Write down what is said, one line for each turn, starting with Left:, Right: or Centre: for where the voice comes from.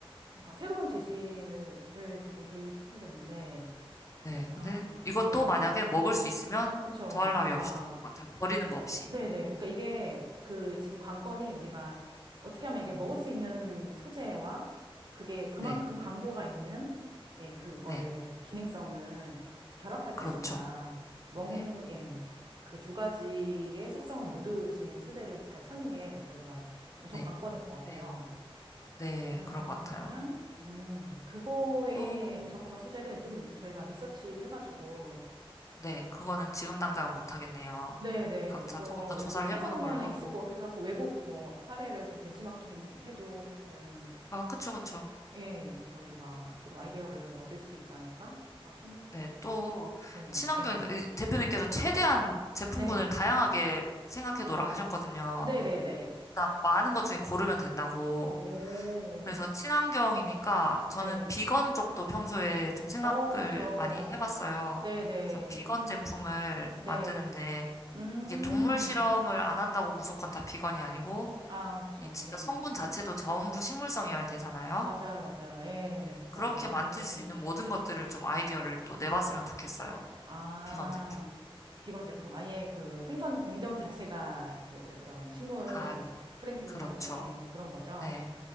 Right: 뭔가 새로운 재질을 조금 도입해야 되는데,
Left: 네.
Right: 아,
Left: 근데 이것도
Right: 네.
Left: 만약에 먹을 수 있으면
Right: 그렇죠.
Left: 더할 나위
Right: 뭔가,
Left: 없이 좋을 것 같아요. 버리는 거 없이.
Right: 네네. 그러니까 이게 그 지금 관건이 우리가 어떻게 하면 이게 먹을 수 있는 소재와 그게 그만큼
Left: 네.
Right: 강도가 있는 예, 그거를
Left: 네.
Right: 기능성을 결합할 것인가.
Left: 그렇죠.
Right: 먹는
Left: 네.
Right: 예, 그 두 가지의 속성을 모두 지닌 소재를 잘 찾는 게 저희가 엄청
Left: 네.
Right: 관건일 것 같아요.
Left: 네. 네.
Right: 아,
Left: 그럴 것
Right: 그러면
Left: 같아요.
Right: 음, 그거에
Left: 또,
Right: 적합한 소재를 좀 저희가 리서치 해가지고
Left: 네. 그거는 지금 당장은 못 하겠네요.
Right: 네네.
Left: 각자
Right: 이거
Left: 조금 더
Right: 왠지
Left: 조사를
Right: 찾아보면은
Left: 해보는 걸로 하고.
Right: 있을 것 같기도 하고, 외국 뭐 사례를 좀 벤치마킹 해도 사실은,
Left: 아, 그쵸, 그쵸.
Right: 예, 저희가 조금 아이디어를 얻을 수 있지 않을까? 막
Left: 네. 또,
Right: 생각되네요.
Left: 친환경,
Right: 예.
Left: 대표님께서 최대한 제품군을
Right: 네.
Left: 다양하게 생각해 놓으라 하셨거든요.
Right: 네네네.
Left: 일단 많은 것 중에 고르면 된다고.
Right: 오,
Left: 그래서 친환경이니까 저는
Right: 네.
Left: 비건 쪽도 평소에 좀 생각을
Right: 어, 그쵸.
Left: 많이 해봤어요.
Right: 네네.
Left: 그래서 비건 제품을
Right: 네.
Left: 만드는데
Right: 음.
Left: 이게 동물 실험을 안 한다고 무조건 다 비건이 아니고
Right: 아, 그쵸.
Left: 이 진짜
Right: 예.
Left: 성분 자체도 전부 식물성이어야 되잖아요.
Right: 맞아요, 맞아요. 예,
Left: 네,
Right: 진짜.
Left: 그렇게 만들
Right: 예.
Left: 수 있는 모든 것들을 좀 아이디어를 또 내봤으면 좋겠어요.
Right: 아,
Left: 비건 제품.
Right: 비건 제품. 아예 그 생선 공정 자체가 그런 식물
Left: 다
Right: 프렌들리하게
Left: 그렇죠.
Right: 그런 거죠.
Left: 네,